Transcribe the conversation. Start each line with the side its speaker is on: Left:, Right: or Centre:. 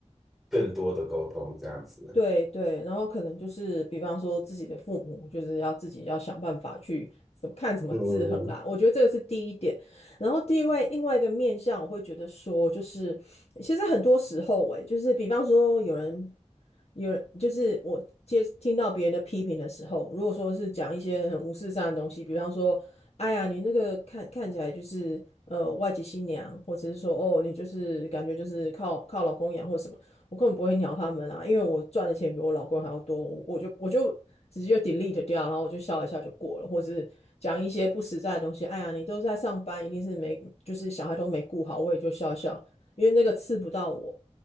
Centre: 更多的沟通这样子。
Left: 对对，然后可能就是比方说自己的父母，就是要自己要想办法去怎么看怎么制衡啦。
Centre: 嗯，
Left: 我觉得这个是第一点。然后第二位另外一个面向，我会觉得说，就是其实很多时候欸、诶就是比方说有人有人，就是我接听到别人的批评的时候，如果说是讲一些很无事上的东西，比方说，哎呀，你那个看看起来就是呃外籍新娘，或者是说哦，你就是感觉就是靠靠老公养或什么。我根本不会鸟他们啊，因为我赚的钱比我老公还要多，我我就我就直接就 delete 掉，然后我就笑一下就过了，或是讲一些不实在的东西。哎呀，你都在上班，一定是没就是小孩都没顾好，我也就笑一笑，因为那个刺不到我。